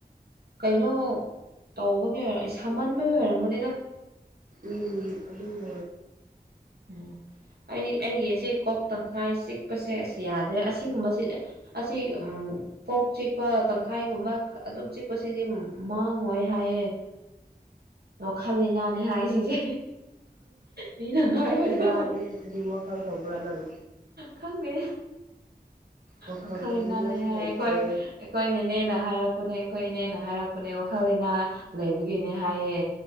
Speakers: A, on the right; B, on the right.
A: ꯀꯩꯅꯣ ꯇꯧꯕꯒꯤ ꯑꯣꯏꯔꯝ ꯑꯩ ꯁꯥꯃꯟꯕꯒꯤ ꯑꯣꯏꯔꯝꯒꯅꯤꯗ
B: ꯎꯝ ꯑꯗꯨꯗꯤ
A: ꯎꯝ ꯑꯩ ꯑꯩꯒꯤ ꯑꯁꯤ ꯀꯣꯛ ꯇꯪꯈꯥꯏ ꯆꯤꯛꯄꯁꯦ ꯑꯁ ꯌꯥꯗ꯭ꯔꯦ ꯑꯁꯤꯒꯨꯝꯕꯁꯤ ꯑꯁꯤꯁꯤ ꯎꯝ ꯀꯣꯛ ꯆꯤꯛꯄ ꯇꯪꯈꯥꯏꯒꯨꯝꯕ ꯑꯗꯨꯝ ꯆꯤꯛꯄꯁꯤꯗꯤ ꯃꯥꯡꯉꯣꯏ ꯍꯥꯏꯌꯦ ꯋꯥꯈꯜ ꯂꯩꯅꯥꯅꯦ ꯍꯥꯏ ꯁꯤꯁꯦ ꯃꯤꯅ ꯍꯥꯏꯕꯗꯣ
B: ꯄꯦꯔꯥꯅꯤ ꯈꯗꯤ ꯋꯥꯈꯜ ꯇꯧꯕ꯭ꯔꯥ ꯅꯪ
A: ꯈꯪꯗꯦ
B: ꯋꯥꯈꯜ
A: ꯋꯥꯈꯜꯅꯥꯅꯦ
B: ꯇꯧꯅꯤꯡꯉꯥꯏꯁꯨ
A: ꯍꯥꯏ
B: ꯂꯩꯇꯦ
A: ꯑꯩꯈꯣꯏ ꯑꯩꯈꯣꯏꯅꯦ ꯏꯅꯦꯅ ꯍꯥꯏꯔꯛꯄꯅꯦ ꯑꯩꯈꯣꯏ ꯏꯅꯦꯅ ꯍꯥꯏꯔꯛꯄꯅꯦ ꯋꯥꯈꯜ ꯏꯅꯥ ꯂꯩꯕꯒꯤꯅꯦ ꯍꯥꯏꯌꯦ